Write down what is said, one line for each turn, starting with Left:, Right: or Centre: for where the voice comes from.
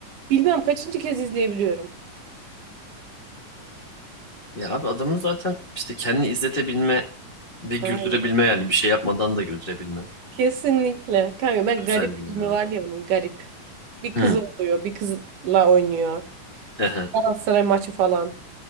Right: bilmem kaçıncı kez izleyebiliyorum.
Left: Ya abi adamın zaten işte kendini izletebilme ve güldürebilme
Right: Aynen.
Left: yani bir şey yapmadan da güldürebilme
Right: Kesinlikle. Kanka ben
Left: özelliği
Right: Garip filmi
Left: ya.
Right: var ya bunun Garip. Bir
Left: Hı.
Right: kız oluyor, bir kızla oynuyor.
Left: <laughs>
Right: Galatasaray maçı falan.